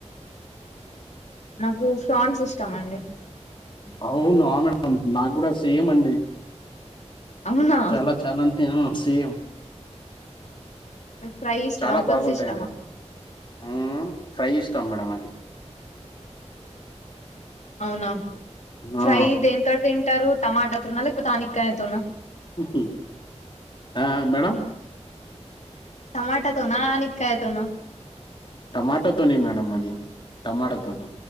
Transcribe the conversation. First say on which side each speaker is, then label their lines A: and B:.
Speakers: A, on the left; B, on the left.
A: నాకు ఫ్రాన్స్ ఇష్టం అండి
B: అవునా మేడం నాకు కూడా సేమ్ అండి
A: అవునా
B: చాల చాలంటే ఆ సేమ్
A: మీకు ఫ్రై ఇష్టమా
B: చాలా
A: పులుసు
B: బాగుంటాయండి
A: ఇష్టమా
B: ఆ ఫ్రై ఇష్టం మేడం అది
A: అవునా ఫ్రై
B: ఆ
A: దేంతోటి తింటారు టమాటాతోనా లేకపోతే ఆనకాయతోనా
B: ఉ ఆ మేడం
A: టమాటాతోనా ఆనిక్కాయ తోనా
B: టమాటోతోని మేడం అది టమాటోతోని